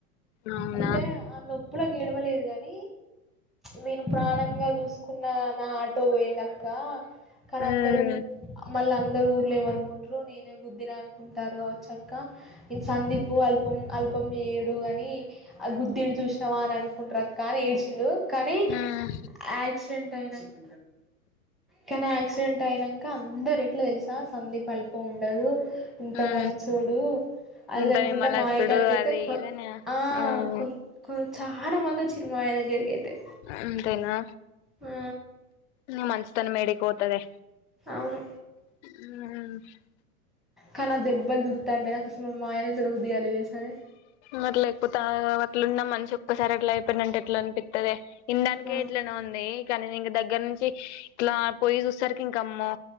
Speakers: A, on the left; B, in the centre.
A: అవునా
B: అంటే ఆ నొప్ పులకు ఏడవలేదు గనీ, నేను ప్రాణంగా జూసు కున్నా నా ఆటో బోయిందక్కా. కనీ
A: ఉమ్
B: అందరూ మళ్ళ అందరూ ఊర్లో ఏమనుకుంట్రో, నేనే గుద్దిన అనుకుంటార్రు గావచ్చక్కా ఇ సందిపు అల్పం అల్పం జేయడు అని ఆ గుద్దిన్డు చూసినవా అని అనుకుంటరక్కా అని ఎడిషిండు కని
A: ఉమ్
B: ఆక్ డెంటయినంక్ కనీ యాక్సిడెంట్ అయినంక అందరు ఎట్లా దెలుసా సందీప్ అల్పముండదు ఎంత
A: ఉమ్
B: మంచోడు అది
A: ఉంటనే
B: అనుకుంటా
A: మలస్తుడు
B: మావయ్య కాడికైతే
A: అది
B: కొ
A: ఇదనే
B: ఆ
A: అవును
B: కొన్ కొ చాలా మంది వచ్చిర్రు మావయ్య దగ్గరకైతే
A: అంతేనా
B: ఆ
A: న మంచి తనమేడికి పోతదే
B: అవును
A: ఉమ్
B: కనా దెబ్బలు జూత్తాంటే నాకసలు మా మావయ్యనే జూడబుద్ధి గాలే దెల్సానే
A: మరి లేకపోతే ఆ అట్లున్న మనిషి ఒక్కసారట్లా అయిపోయిండంటే ఎట్లనిపిత్తదే ఇనడానికే
B: వామ్మో
A: ఎట్లనో ఉంది కనీ నేనింగ దగ్గర నుంచి ఇట్లా పొయ్యి చూస్సరికి ఇంక అమ్మో